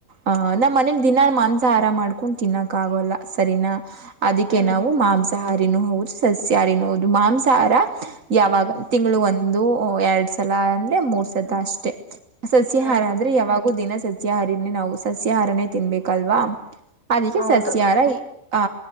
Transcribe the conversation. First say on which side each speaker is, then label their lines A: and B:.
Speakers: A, on the right (about 80°); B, on the right (about 15°).
A: ಅಹ್ ನಮ್ಮ್ ಮನೇಲಿ ದಿನ ಮಾಂಸ ಆಾರಾಮ ಮಾಡ್ಕೊಂಡು ತಿನ್ನಕ ಆಗೋಲ್ಲ ಸರಿನಾ ಹ ಅದಕ್ಕೆ
B: ಹ್ಮ್
A: ನಾವು ಮಾಂಸ ಸಹಾರಿನ ಹೌದು ಸಸ್ಯಹಾರಿನ ಹೌದು ಮಾಂಸಾಹಾರ ಯಾವಾಗ
B: ಹ್ಮ್
A: ತಿಂಗಳು ಒಂದು ಒಂದು ಎರಡ್ ಸಲ ಅಂದ ಮೂರ್ ಸತ
B: ಹ್ಮ್
A: ಅಷ್ಟೇ ಸಸ್ಯಹಾರ
B: ಹ್ಮ್
A: ಅಂದ್ರೆ ಯಾವಾಗ ಹ ದಿನ ಸಸ್ಯಾಹಾರಿನೇ ನಾವು ಸಸ್ಯಾಾಹಾರನೇ ತಿನ್ಬೇಕಲ್ವಾ ಅದಕ್ಕೆ
B: ಹೌದು
A: ಸಸ್ಯಾರ ಹ